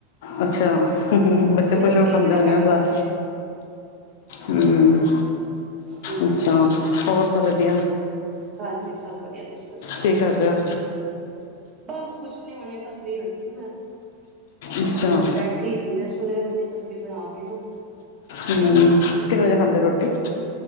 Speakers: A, on the left; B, on the right.
A: ਅੱਛਾ ਬੱਚੇ ਖੁਸ਼
B: ਰੋਟੀ
A: ਹੋਰ ਖਾਂਦੇ
B: ਬੜਾ
A: ਹੋਦੇ
B: ਘੱਟ ਖਾਂਦੇ
A: ਆ
B: ਨੇ
A: ਹਮ
B: ਹਮ
A: ਅੱਛਾ ਹੋਰ ਤਾਂ ਵਧੀਆ
B: ਹਾਂਜੀ ਸਭ ਵਧੀਆ ਤੁਸੀਂ ਦੱਸੋ
A: ਠੀ ਕਰ ਰੇ ਹੋ
B: ਬ ਕੁਛ ਨੀ ਹੋਣੇ, ਤਾਂ ਫ੍ਰੀ ਹੋਏ ਸੀ ਮੈਂ
A: ਅੱਛਾ
B: ਹਾਂ
A: ਹਮ
B: ਬੈਠੀ ਸੀ ਸੁਣ ਰੋਟੀ ਸਬਜ਼ੀ ਬਣਾ ਕੇ ਕਿਨੂ
A: ਹਮ ਕਿੰਨੇ ਵਜੇ ਖਾਂਦੇ ਰੋਟੀ?